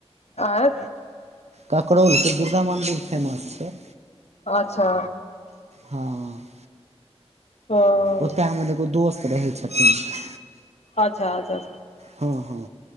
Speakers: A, on the left; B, on the right.
A: आँ।
B: करकरोलके दुर्गा मन्दिर फेमस छै।
A: अच्छा।
B: हँ
A: हँ
B: ओतय हमर एगो दोस्त रहै छथिन।
A: अच्छा अच्छा।
B: हँ हँ।